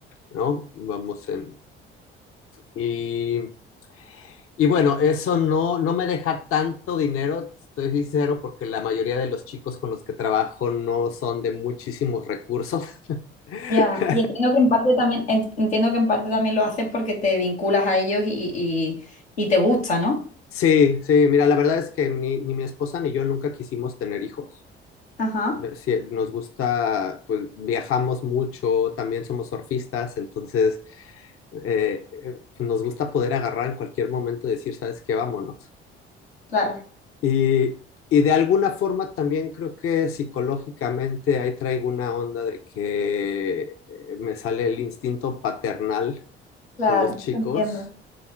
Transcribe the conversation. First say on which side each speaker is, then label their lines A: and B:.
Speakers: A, on the left (about 45°); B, on the left (about 85°).
A: ¿no? Vamos en... Y, y bueno, eso no, no me deja tanto dinero, estoy sincero, porque la mayoría de los chicos con los que trabajo no son de muchísimos recursos. <laughs>
B: Ya. Y entiendo que en parte también, en- entiendo que en parte también lo haces porque te vinculas a ellos y, y- y te gusta, ¿no?
A: Sí, sí, mira, la verdad es que ni, ni mi esposa ni yo nunca quisimos tener hijos.
B: Ajá,
A: Eh, sí, nos gusta, pues viajamos mucho, también somos surfistas, entonces eh, eh, nos gusta poder agarrar en cualquier momento y decir, ¿sabes qué? Vámonos.
B: claro,
A: Y, y de alguna forma también creo que psicológicamente ahí traigo una onda de que eh, me sale el instinto paternal
B: claro,
A: con los chicos
B: entiendo.